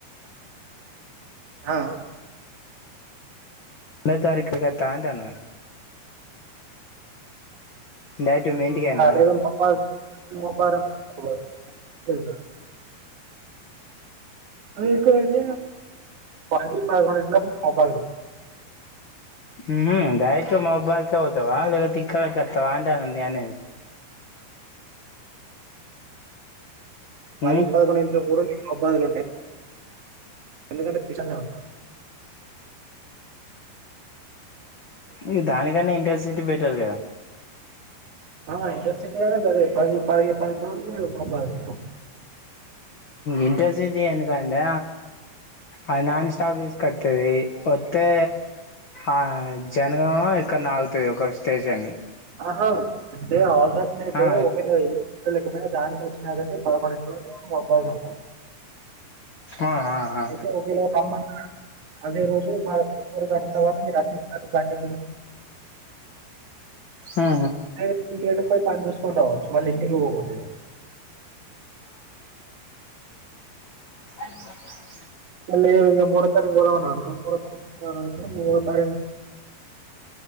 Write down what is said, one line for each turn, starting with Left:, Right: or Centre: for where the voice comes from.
Right: ఆ ఆ
Left: ఎన్నో తారీకు కడతా అంటానా డైరెక్ట్ మీ ఇంటికేనా
Right: ఖాళీగా మౌబాద్ ముప్పారం పోయిన ఇక్కడ ఎటు పోయిన పది పదకొండు ఇంటిలోపు మౌబాద్ల ఉన్న
Left: హుహు డైరెక్ట్ మైబాద్కి పోతావా లేకపోతే ఇక్కడికి వస్తావా అంటానా నేను అనేది
Right: పది
Left: ఉమ్
Right: పదకొండింటి ఇంటిలోపు కూడా నేను మౌబాద్లా ఉంటే ఎందుకంటే కృషనా ఆప్త
Left: ఇగ దానికన్నా ఇంటర్సిటీ బెటర్ కదా
Right: ఆ ఇంటర్సిటీ కూడా గదే పది పది పదకొండు మౌబాద్
Left: ఇంటర్సిటీ ఎందుకంటే అది నాన్ స్టాప్ తీసుకొత్తది ఒత్తే ఆ జనగంమో ఎక్కడనో ఆగుతది ఒక స్టేషన్
Right: ఆహా అంటే ఆల్టర్నేటివ్
Left: ఆ
Right: ఒక ఉన్నా లేకపోయినా దానికి వచ్చినా కానీ పదకొండు ఇంటి వరకు మౌబాద్ల ఉంటాం
Left: ఆ ఆ
Right: అయితే ఒకవేళ రమ్మంటే అదే రోజు తవా మీరు రాత్ర
Left: ఆ
Right: ఎ వచ్చిన పని చూకుంటావచ్చు మళ్ళ ఇంటికి పోకుండా
Left: అ
Right: అ మూ తారీ అ మూ తారీఖు శుకవారం అవు మూ తారీఖ